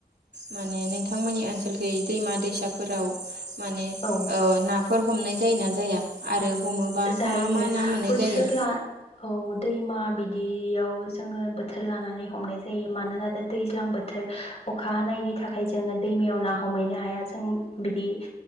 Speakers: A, on the right; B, on the left.
A: माने नोंथांमोननि ओनसोलखै दैमा-दैसाफोराव। माने
B: औ
A: ओ ना। बेफोर हमनाय जायो ना जाया? आरो। हमोबा
B: जायो
A: मा मा ना मोननाय
B: बोथोर
A: जायो?
B: ला औ। दैमा बिदियाव जोङो बोथोर लानानै हमनाय जायो मानोना दा दैज्लां बोथोर अखा हानायनि थाखाय जोङो दैमायाव ना हमहैनो हाया जों बिदि